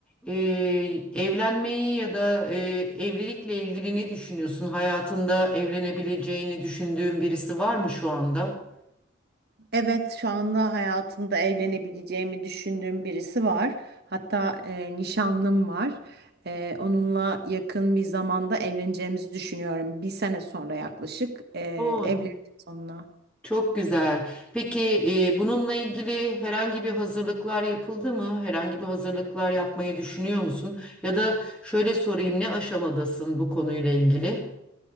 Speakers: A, in the centre; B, on the right.
A: e, evlenmeyi ya da e, evlilikle ilgili ne düşünüyorsun? Hayatında evlenebileceğini düşündüğün birisi var mı şu anda?
B: Evet, şu anda hayatımda evlenebileceğimi düşündüğüm birisi var. Hatta e, nişanlım var. E, onunla yakın bir zamanda evleneceğimizi düşünüyorum. Bir sene sonra yaklaşık e,
A: Oo,
B: evleneceğiz onunla.
A: çok güzel. Peki e, bununla ilgili herhangi bir hazırlıklar yapıldı mı? Herhangi bir hazırlıklar yapmayı düşünüyor musun? Ya da şöyle sorayım, ne aşamadasın bu konuyla ilgili?